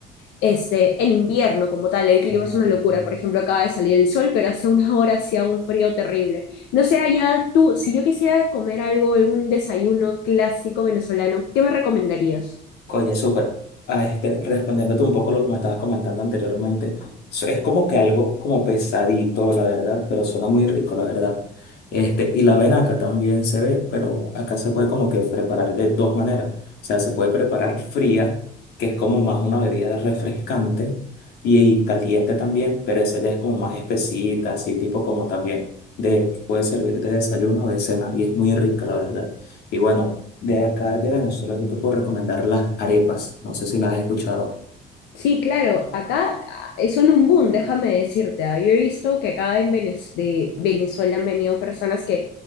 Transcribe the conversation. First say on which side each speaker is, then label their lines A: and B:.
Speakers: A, on the left (about 85°); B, on the left (about 75°).
A: este, en invierno como tal, el clima
B: Mm.
A: es una locura. Por ejemplo, acaba de salir el sol, pero hace unas horas hacía un frío terrible. No sé, allá tú, si yo quisiera comer algo, algún desayuno clásico venezolano, ¿qué me recomendarías?
B: Oye, súper. Ah, este, respondiéndote un poco lo que me estabas comentando anteriormente, so- es como que algo como pesadito, la verdad, pero suena muy rico, la verdad. Este, y la venaca también se ve, pero acá se puede como que preparar de dos maneras. O sea, se puede preparar fría, que es como más una bebida refrescante, y, y caliente también, pero esa ya es como más espesita, así tipo como también de, puede servirte de desayuno o de cena, y es muy rica, la verdad. Y bueno. De acá de Venezuela yo te puedo recomendar las arepas. No sé si las has escuchado.
A: Sí, claro, acá ah, son un boom, déjame decirte. ah. Yo he visto que acá en Venez- de Venezuela han venido personas que